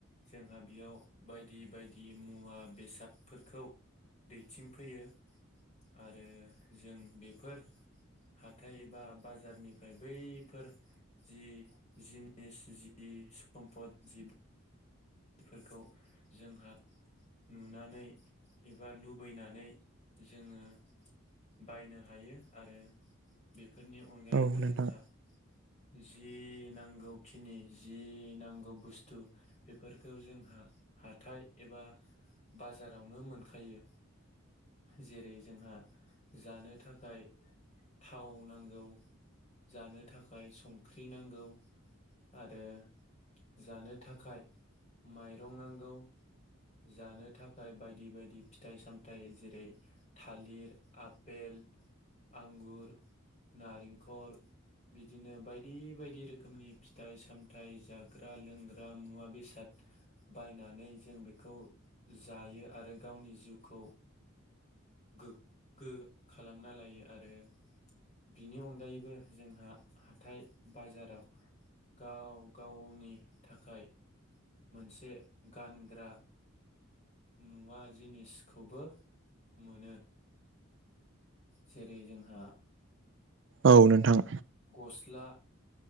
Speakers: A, on the left (about 35°); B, on the right (about 60°).
A: जोंहा बेयाव बायदि बायदि मुवा बेसादफोरखौ दैथिंफैयो आरो जों बेफोर हाथाइ एबा बाजारनिफ्राय बैफोर जि जिनिस जि सम्फद जिफोरखौ जोंहा नुनानै एबा लुबैनानै जोङो बायनो हायो आरो बेफोरनि अनगायैबो
B: औ नोंथां
A: जोंहा जि नांगौखिनि जि नांगौ बुस्थु बेफोरखौ जोंहा हाथाय एबा बाजारावनो मोनखायो जेरै जोंहा जानो थाखाय थाव नांगौ जानो थाखाय संख्रि नांगौ आरो जानो थाखाय माइरं नांगौ जानो थाखाय बायदि बायदि फिथाइ सामथाइ जेरै थालिर आ पेल आंगुर नारेंखल बिदिनो बायदि बायदि रोखोमनि फिथाइ सामथाइ जाग्रा लोंग्रा मुवा बेसाद बायनानै जों बेखौ जायो आरो गावनि जिउखौ गोग्गो खालामना लायो आरो बिनि अनगायैबो जोंहा हाथाइ बाजाराव गाव गावनि थाखाय मोनसे गानग्रा मुवा जिनिसखौबो मोनो जेरै जोंहा
B: औ नोंथां।
A: गस्ला